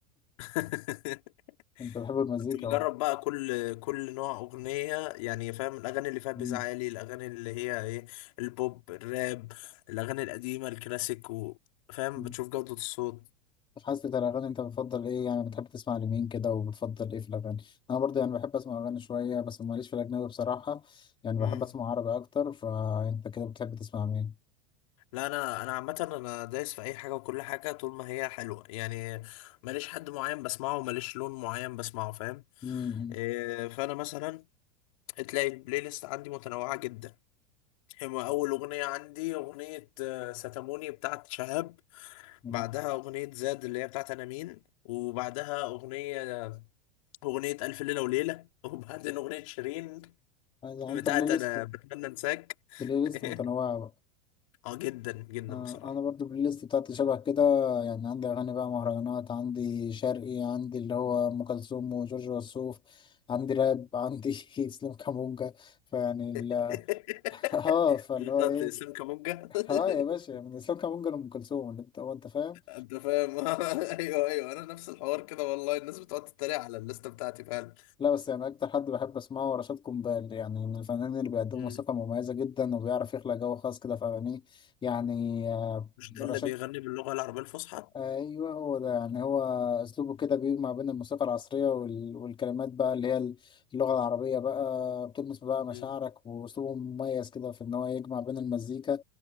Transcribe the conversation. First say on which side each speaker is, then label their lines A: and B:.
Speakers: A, on the left (about 65°); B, on the left (about 30°).
A: <laughs>
B: <laughs> انت بتحب المزيكا
A: كنت بجرب
B: بقى
A: بقى كل كل نوع اغنيه يعني فاهم الاغاني اللي فيها بيز
B: مم.
A: عالي الاغاني اللي هي ايه البوب الراب الاغاني القديمه الكلاسيك و- فاهم
B: مم.
A: بتشوف جوده الصوت
B: في حاسة الأغاني أنت بتفضل إيه يعني بتحب تسمع لمين كده وبتفضل إيه في الأغاني؟ أنا برضه يعني بحب أسمع أغاني شوية بس ماليش في الأجنبي بصراحة يعني
A: مم.
B: بحب أسمع عربي أكتر فأنت كده بتحب تسمع مين؟
A: لا انا انا عامه انا دايس في اي حاجه وكل حاجه طول ما هي حلوه يعني ماليش حد معين بسمعه ماليش لون معين بسمعه فاهم
B: مم.
A: إيه، فانا مثلا تلاقي البلاي ليست عندي متنوعه جدا هما اول اغنيه عندي اغنيه آه، ستاموني بتاعت شهاب
B: مم.
A: بعدها اغنيه زاد اللي هي بتاعت انا مين وبعدها اغنيه اغنيه الف ليله وليله <laughs> وبعدين اغنيه شيرين
B: يعني
A: بتاعت
B: أنت بلاي ليست
A: انا بتمنى انساك
B: بلاي ليست
A: <laughs>
B: متنوعة بقى
A: اه جدا جدا
B: آه،
A: بصراحه
B: انا برضو البلاي ليست بتاعتي شبه كده يعني عندي اغاني بقى مهرجانات عندي شرقي عندي اللي هو ام كلثوم وجورج وسوف عندي راب عندي <laughs> اسلام كامونجا فيعني ال-
A: <laughs>
B: <laughs> اه فاللي
A: بتاعت
B: هو ايه
A: اسلام كامونجا
B: اه يا باشا
A: <laughs>
B: من اسلام كامونجا لام كلثوم اللي انت هو انت فاهم
A: انت فاهم <laughs> ايوه ايوه انا نفس الحوار كده والله الناس بتقعد تتريق على الليسته بتاعتي فعلا
B: لا بس يعني اكتر حد بحب اسمعه هو رشاد قنبال يعني من الفنانين اللي بيقدموا
A: مم.
B: موسيقى مميزه جدا وبيعرف يخلق جو خاص كده في اغانيه يعني آه،
A: مش ده
B: رشاد
A: اللي بيغني باللغة العربية الفصحى
B: ايوه هو ده يعني هو اسلوبه كده بيجمع بين الموسيقى العصريه وال... والكلمات بقى اللي هي اللغه العربيه بقى بتلمس بقى
A: مم.
B: مشاعرك واسلوبه مميز كده في ان هو يجمع بين المزيكا